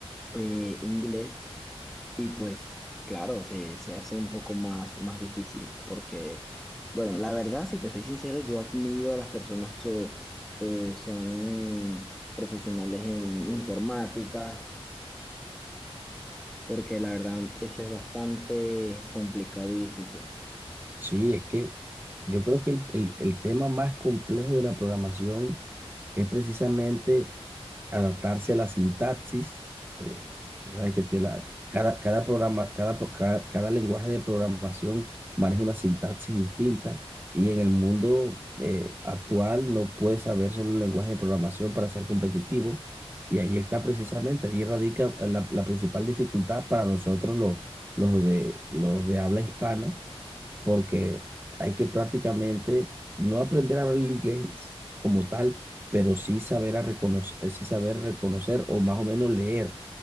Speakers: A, in the centre; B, on the right (about 20°).
A: eh, inglés. Y pues, claro, se, se hace un poco más, más difícil porque, bueno, la verdad, si te soy sincero, yo admiro a las personas que eh, son profesionales en informática, porque la verdad, eso es bastante complicado y difícil.
B: sí, es que yo creo que el, el- el tema más complejo de la programación es precisamente adaptarse a la sintaxis. eh, tú sabes que te la- cada, cada programa, cada, pro- cada, cada lenguaje de programación maneja una sintaxis distinta y en el mundo eh, actual no puedes saber solo un lenguaje de programación para ser competitivo. Y ahí está precisamente, ahí radica la, la principal dificultad para nosotros los, los de, los de habla hispana porque hay que prácticamente no aprender a hablar el inglés como tal, pero sí saber a reconocer, sí saber reconocer o más o menos leer,